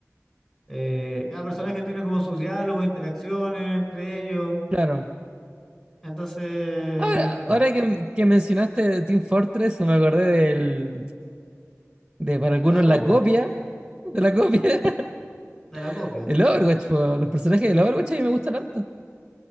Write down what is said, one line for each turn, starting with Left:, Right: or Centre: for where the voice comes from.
Left: eh, cada personaje tiene como sus diálogos, interacciones entre ellos,
Right: Claro.
Left: entonces
Right: Ahora,
Left: nada, entretenido.
Right: ahora que, que mencionaste Team Fortress, me acordé del, de para algunos
Left: De la
Right: la
Left: copia,
Right: copia, de la copia,
Left: de la
Right: <laughs>
Left: copia.
Right: el Overwatch. po. Los personajes del Overwatch a mí me gustan harto.